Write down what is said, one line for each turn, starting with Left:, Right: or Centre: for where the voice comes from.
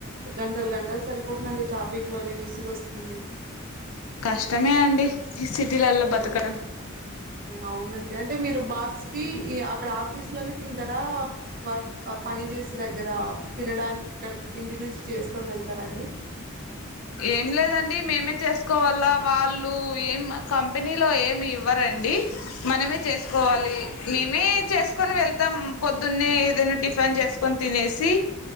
Right: గంటలు గంటలు సరిపోతుందండి ట్రాఫిక్ లోనే విసుగు వస్తుంది
Left: కష్టమే అండి ఈ సిటీలల్లో బతకడం
Right: అవునండి అంటే మీరు బాక్స్ కి అక్కడ ఆఫీస్ లోనే తింటారా వర్క్ పని చేసి దగ్గర తినడానికి ఇక్కడ ఇంటి నుంచి చేసుకొని వెళ్తారండి
Left: ఏం లేదండి మేమే చేసుకోవాల వాళ్ళు ఏం కంపెనీలో ఏమి ఇవ్వరండి మనమే చేసుకోవాలి మేమే చేసుకొని వెళ్తాం పొద్దున్నే ఏదైనా టిఫిన్ చేసుకు కోని తినేసి